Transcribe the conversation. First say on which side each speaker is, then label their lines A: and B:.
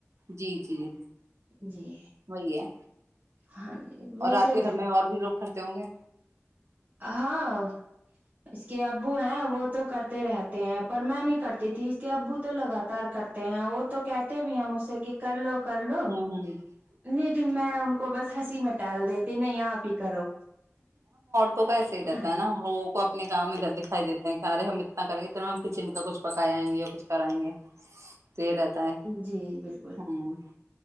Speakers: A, on the right (about 75°); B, on the right (about 35°).
A: جی جی
B: جی
A: وہی ہے
B: ہاں جی ویسے
A: اور آپ کے گھر میں اور بھی لوگ کرتے ہوں گے
B: ہاں اس کے ابو ہیں وہ تو کرتے رہتے ہیں پر میں نہیں کرتی تھی اس کے ابو تو لگاتار کرتے ہیں وہ تو کہتے بھی ہیں مجھ سے کہ کر لوگ کر لو
A: ہوں ہوں
B: ج پھر میں ان کو بس ہنسی م میںٹال دیتی ت نہیں آپ ہی کرو
A: تو کیسے ہی رہتا
B: ہاں جی
A: ہے نا ہم لوگوں کو اپنے گاؤں میں دکھائی دیتا ہیں ے ہم اتنا کریں گے تو ہم کچن کا کچھ پکایائیں گے یا کچھ کرائیں گے تو یہ رہتا ہے
B: جی بالکل
A: ہوں